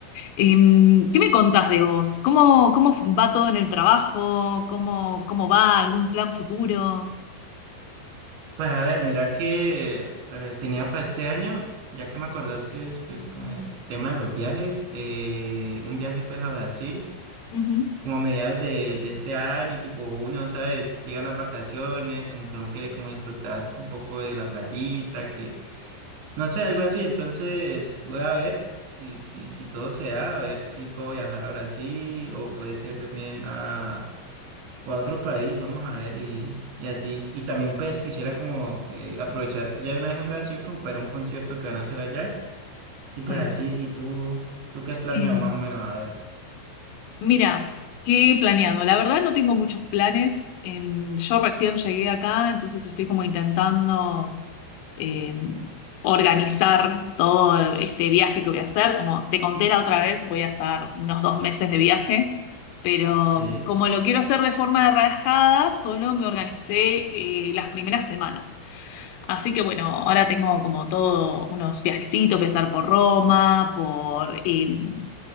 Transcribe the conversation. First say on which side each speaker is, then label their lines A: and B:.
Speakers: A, on the left; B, on the right.
A: Eh, ¿qué me contás de vos? ¿Cómo, cómo va todo en el trabajo? ¿Cómo, cómo va algún plan futuro?
B: Pues a ver, mira que eh, tenía para este año, ya que me acordaste, pues como el tema de los viajes, eh, un viaje pues a Brasil,
A: Ujú,
B: como a mediados de, de este año, tipo junio, ¿sabes? Llegan las vacaciones, como que uno quiere como disfrutar un poco de la playita, que No sé, algo así. Entonces voy a ver si, si, si todo se da, a ver si puedo viajar a Brasil o puede ser también a, o a otro país, vamos a ver y, y así. Y también pues quisiera como eh, aprovechar ya de una vez en Brasil como para ir a un concierto que van a hacer allá y
A: sí.
B: pues así. ¿Y tú, tú qué has planeado
A: Em,
B: más o menos? A ver.
A: Mira, ¿qué he planeado? La verdad no tengo muchos planes. em, yo recién llegué acá, entonces estoy como intentando em, organizar todo este viaje que voy a hacer. Como te conté la otra vez, voy a estar unos dos meses de viaje, pero
B: Sí,
A: como lo quiero hacer de forma relajada, solo me organicé eh, las primeras semanas. Así que bueno, ahora tengo como todo unos viajecitos, voy a estar por Roma, por... em,